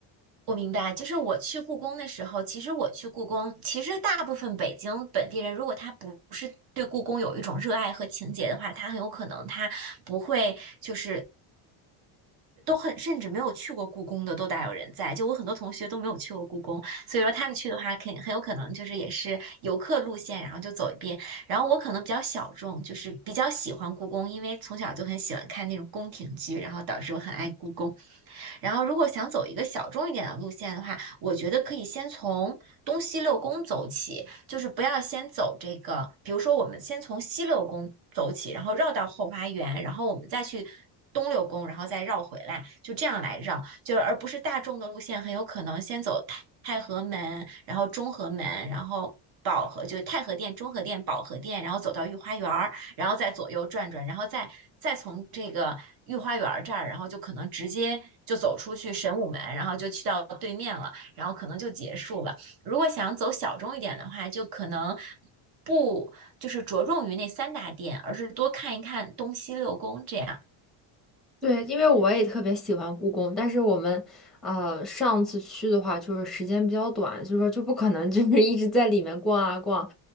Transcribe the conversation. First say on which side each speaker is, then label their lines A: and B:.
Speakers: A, on the right; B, in the centre.
A: 我明白，就是我去故宫的时候，其实我去故宫，其实大部分北京本地人，如果他不是对故宫有一种热爱和情结的话，他很有可能他不会，就是都很，甚至没有去过故宫的都大有人在。就我很多同学都没有去过故宫，所以说他们去的话，肯很有可能就是也是游客路线，然后就走一遍。然后我可能比较小众，就是比较喜欢故宫，因为从小就很喜欢看那种宫廷剧，然后导致我很爱故宫。然后，如果想走一个小众一点的路线的话，我觉得可以先从东西六宫走起，就是不要先走这个，比如说我们先从西六宫走起，然后绕到后花园，然后我们再去东六宫，然后再绕回来，就这样来绕，就是而不是大众的路线，很有可能先走太太和门，然后中和门，然后。保和就是太和殿、中和殿、保和殿，然后走到御花园儿，然后再左右转转，然后再再从这个御花园这儿，然后就可能直接就走出去神武门，然后就去到对面了，然后可能就结束了。如果想走小众一点的话，就可能不就是着重于那三大殿，而是多看一看东西六宫这样。
B: 对，因为我也特别喜欢故宫，但是我们呃上次去的话，就是时间比较短，就是说就不可能就是一直在里面逛啊逛。